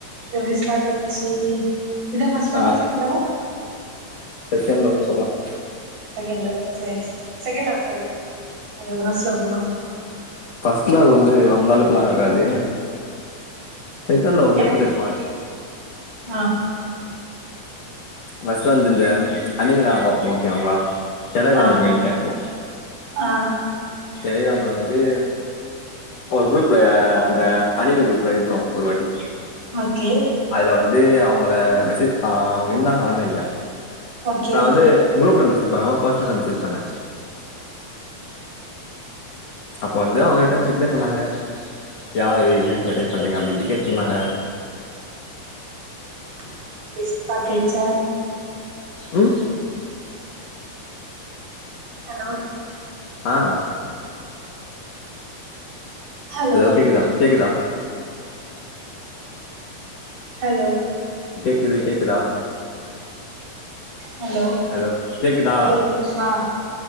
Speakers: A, on the right; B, on the left.
A: எப்படி ஸ்டார்ட் ஆயிடுச்சு இதான் ஃபர்ஸ்ட் லவ்வா
B: ஆ
A: செகண்ட் லவ்வா
B: செகண்ட் லவ்னு சொல்லாம்
A: செகண்ட் லவ் சரி செகண்ட் லவ்வ சொல்லுங்க அது உரசல போலாம்
B: ஃபர்ஸ்ட் லவ் வந்து அந்தளவுக்கெல்லாம் இருக்காது செகண்ட் லவ் வந்து
A: எனக்கு
B: எப்படி தெரியுமா
A: ஆ
B: ஃபஸ்டா வந்து அனிம நான ப பாபோம் ஓகேங்களா டெலகிராம்
A: ஆ
B: இருக்கங்கிட்டேப்போ
A: ஆ
B: டெலிகிராம்ல வந்து ஒரு குரூப்ல அந்த அனிமை குரூப்ல இருந்தோம் ஒரு வாட்டி
A: ஓகே
B: அதுல வந்து அவங்கள மெசேஜ் அ அவங்க இருந்தாங்க ஆன்லைன் ல
A: ஓகே
B: நான் வந்து குரூப்ல மெசேஜ் பண்ணாம பர்சனலா மெசேஜ் பண்ணேன் அப்ப வந்து அவங்க ரிட்டர்ன் ரிப்ளை பண்ணாங்க யார எக்கு மெஸேஜ் பண்றீங்க அப்படி இப்படி கேட்டந்தாங்க
A: <unintelligible> ட் பாக்கேட்ச்சா
B: ம்
A: ஹலோ
B: ஆஹ்
A: ஹலோ
B: கேக்குதா கேக்குதா
A: ஹலோ
B: க்குது கேக்குதா
A: ஹலோ
B: ஹலோ கேக்குதா
A: ம் ஆஹ்